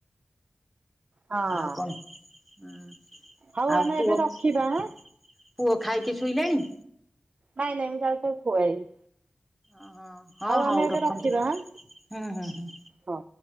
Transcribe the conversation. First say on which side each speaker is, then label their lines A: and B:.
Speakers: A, on the right (about 45°); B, in the centre.
A: ହଁ
B: ଆଉ କଣ ହୁଁ
A: ହଉ
B: ଆଉ
A: ଆମେ
B: ପୁଅ
A: ଏବେ ରଖିବା
B: ପୁଅ
A: ହାଁ।
B: ଖାଇକି ଶୋଇଲାଣି?
A: ନାଇଁ ନାଇଁ ମୁଁ ଯାଉଚି ଖୁଆଇବି।
B: ଅହଁ ହଁ ହଉ
A: ଆମେ ଏବେ
B: ରଖନ୍ତୁ,
A: ରଖିବା ହାଁ
B: ହୁଁ ହୁଁ ହୁଁ।
A: ହଁ।